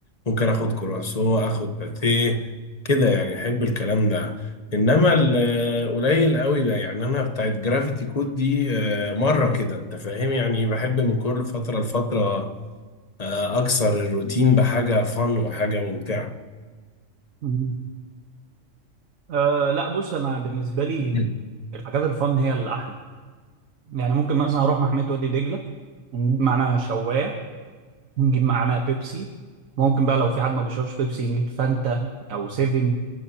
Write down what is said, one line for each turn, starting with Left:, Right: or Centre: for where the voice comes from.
Left: ممكن اخد كرواسو اخد باتيه كده يعني احب الكلام ده انما القليل قوي ده يعني انا بتاعت جرافيتي كود دي آه، مره كده انت فاهم يعني بحب من كل فتره لفتره آه، اكسر الروتين بحاجه فن وحاجه ممتعه
Right: مم. أه لا بص انا بالنسبه لي
Left: <laughs>
Right: الحاجات الفن هي اللي احلى يعني ممكن مثلا اروح محميه وادي دجله ونجيب معانا شوايه ونجيب معانا بيبسي ممكن بقى لو في حد ما بيشربش بيبسي نجيب فانتا او سيفن